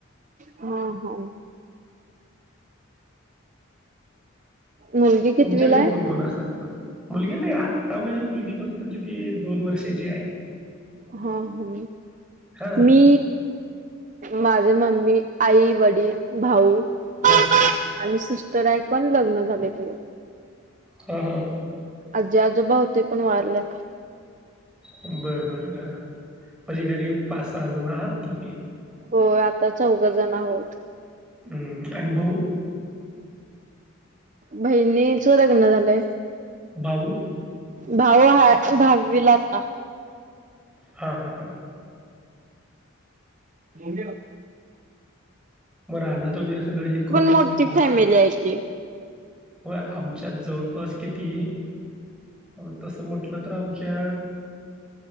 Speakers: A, on the right (about 35°); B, in the centre.
A: हा होा मुलगी कितवीला
B: तुमच्या घरी
A: आहे?
B: कोणकोण असतात ना <inaudible> मुलगी नाही आत्ता माझी मुलगी फक्त किती दोन वर्षाची आहे
A: हा ह
B: हां
A: मी माझे मम्मी आई वडील भाऊ आणि
B: हां
A: सस् तर ऐ पण लग्न झाले तिला
B: हम हम <inaudible>
A: आजी आजोबा होते पण वारल्या
B: बरं बर बर म्हझे घरी पाच सहा जण आहात तुम्ही
A: हो आता चौघ जण आहोत
B: हम्म अनुभव
A: बहिणीच लग्न झालंय
B: भाऊऊ
A: भाऊ ह भावीला आता
B: हा हा हा
A: म्या
B: मग राहनात वगैरे सगळ हे करूनच
A: मोठी
B: तुम्ही हे
A: फॅमिली
B: सगळं
A: आहे की.
B: होय आमच्यात जवळपास किती आ तसं म्हटलं तर आमच्या